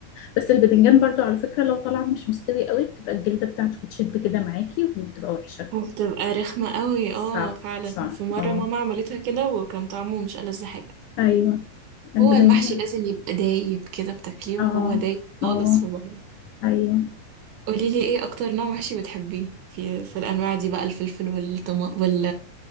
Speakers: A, on the left; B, on the right.
A: بس البتنجان برضو على فكرة لو طلع مش مستوي قوي بتبقى الجلدة بتاعته بتشد كده معاكي وبتبقى وحشة
B: وبتبقى رخمة قوي اه
A: صح
B: فعلا
A: صح
B: في مرة
A: اه
B: ماما عملتها كده وكان طعمه مش ألذ حاجة
A: أيوه البتنجان
B: هو المحشي لازم يبقى دايب كده بتاكليه وهو
A: اه
B: دايب خالص
A: اه
B: في بعض
A: أيوه
B: قوليلي ايه اكتر نوع محشي بتحبيه في في الانواع دي بقى الفلفل والطما وال...